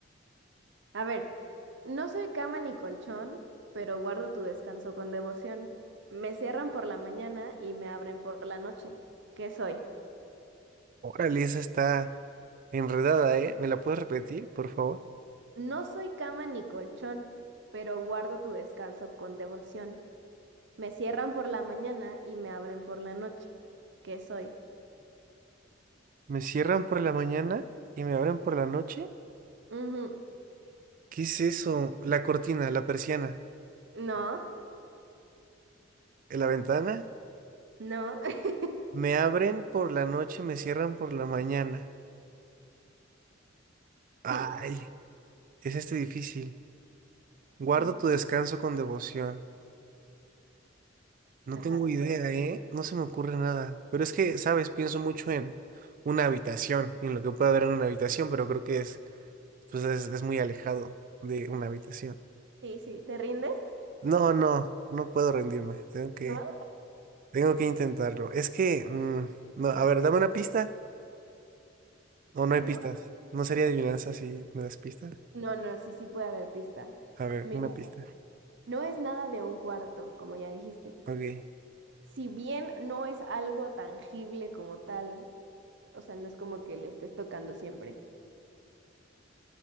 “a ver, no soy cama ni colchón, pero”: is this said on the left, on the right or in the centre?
Right